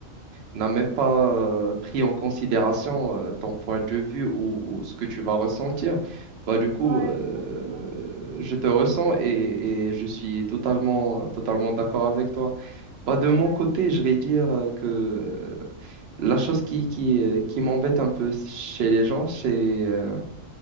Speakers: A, on the right (about 60°); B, on the right (about 90°).
A: n'a même pas euh, pris en considération euh, ton point de vue ou, ou ce que tu vas ressentir. Bah, du coup,
B: Ouais,
A: euh,
B: exactement.
A: je te ressens et, et je suis totalement, totalement d'accord avec toi. Bah, de mon
B: Ouais.
A: côté, je vais dire euh, que euh, la chose qui, qui, euh, qui m'embête un peu chez les gens, c'est, euh,